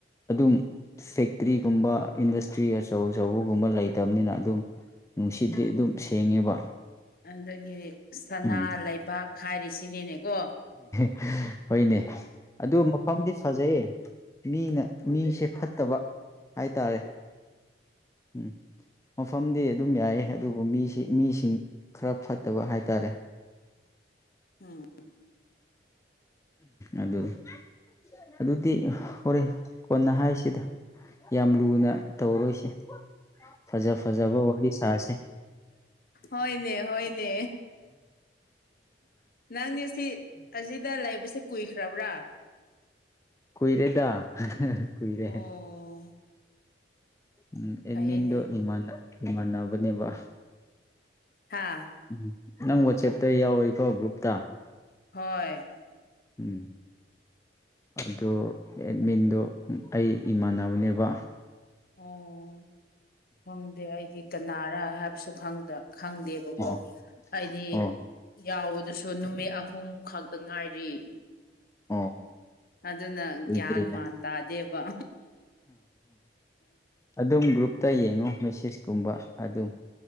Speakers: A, on the left; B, on the left.
A: ꯑꯗꯨꯝ ꯐꯦꯛꯇ꯭ꯔꯤꯒꯨꯝꯕ ꯏꯟꯗꯁꯇ꯭ꯔꯤ ꯑꯆꯧ ꯑꯆꯧꯕꯒꯨꯝꯕ ꯂꯩꯇꯕꯅꯤꯅ ꯑꯗꯨꯝ ꯅꯨꯡꯁꯤꯗꯤ ꯑꯗꯨꯝ ꯁꯦꯡꯉꯦꯕ
B: ꯑꯗꯨꯗꯒꯤ ꯁꯅꯥ
A: ꯎꯝ
B: ꯂꯩꯕꯥꯛ ꯍꯥꯏꯔꯤꯁꯤꯅꯦꯅꯦꯀꯣ
A: ꯎꯝ ꯍꯣꯏꯅꯦ ꯑꯗꯨ ꯃꯐꯝꯗꯤ ꯐꯖꯩꯌꯦ ꯃꯤꯅ ꯃꯤꯁꯦ ꯐꯠꯇꯕ ꯍꯥꯏꯇꯥꯔꯦ ꯎꯝ ꯃꯐꯝꯗꯤ ꯑꯗꯨꯝ ꯌꯥꯏ ꯑꯗꯨꯕꯨ ꯃꯤꯁꯤ ꯃꯤꯁꯤꯡ ꯈꯔ ꯐꯠꯇꯕ ꯍꯥꯏꯇꯥꯔꯦ <unintelligible>
B: ꯎꯝ
A: ꯑꯗꯨꯅꯤ ꯑꯗꯨꯗꯤ ꯍꯣꯔꯦꯟ ꯀꯣꯟꯅ ꯍꯥꯏꯁꯤꯗ ꯌꯥꯝ ꯂꯨꯅ ꯇꯧꯔꯣꯏꯁꯦ ꯐꯖ ꯐꯖꯕ ꯋꯥꯔꯤ ꯁꯥꯥꯁꯦ
B: ꯍꯣꯏꯅꯦ ꯍꯣꯏꯅꯦ ꯅꯪꯅꯦ ꯁꯤ ꯑꯁꯤꯗ ꯂꯩꯕꯁꯦ ꯀꯨꯏꯈ꯭ꯔꯕ꯭ꯔꯥ
A: ꯀꯨꯏꯔꯦꯗ ꯀꯨꯏꯔꯦ
B: ꯑꯣ
A: ꯎꯝ ꯑꯦꯠꯃꯤꯟꯗꯣ
B: ꯐꯩꯌꯦꯅꯦ
A: ꯏꯃꯥꯟꯅꯕꯅꯦꯕ
B: ꯍꯥꯥ
A: ꯎꯝ ꯅꯪ ꯋꯥꯆꯦꯞꯇ ꯌꯥꯎꯋꯦꯀꯣ ꯒ꯭ꯔꯨꯞꯇ
B: ꯍꯣꯏ
A: ꯎꯝ ꯑꯗꯨ ꯑꯦꯠꯃꯤꯟꯗꯣ ꯑꯩ ꯏꯃꯥꯟꯅꯕꯅꯦꯕ
B: ꯑꯣ ꯈꯪꯗꯦ ꯑꯩꯗꯤ ꯀꯅꯥꯔꯥ ꯍꯥꯏꯕꯁꯨ ꯈꯪꯗꯦꯕꯀꯣ
A: ꯑꯣ
B: ꯍꯥꯏꯗꯤ
A: ꯑꯣ
B: ꯌꯥꯎꯕ ꯑꯗꯨꯁꯨ ꯅꯨꯃꯤꯠ ꯑꯍꯨꯝ ꯈꯛꯇ ꯉꯥꯏꯔꯤ
A: ꯑꯣ
B: ꯑꯗꯨꯅ
A: ꯎꯏꯗ꯭ꯔꯦꯅ
B: ꯒ꯭ꯌꯥꯟ ꯃꯥꯟ ꯇꯥꯗꯦꯕ
A: ꯑꯗꯨꯝ ꯒ꯭ꯔꯨꯞꯇ ꯌꯦꯡꯉꯣ ꯃꯦꯁꯦꯖꯀꯨꯝꯕ ꯑꯗꯨꯝ